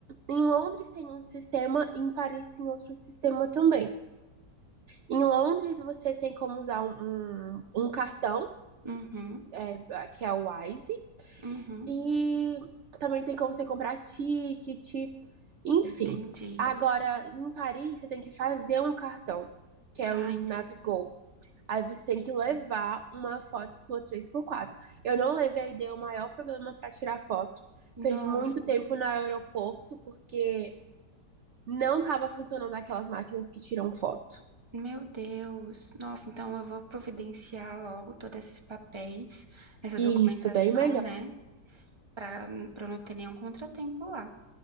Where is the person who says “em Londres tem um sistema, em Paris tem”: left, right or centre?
Right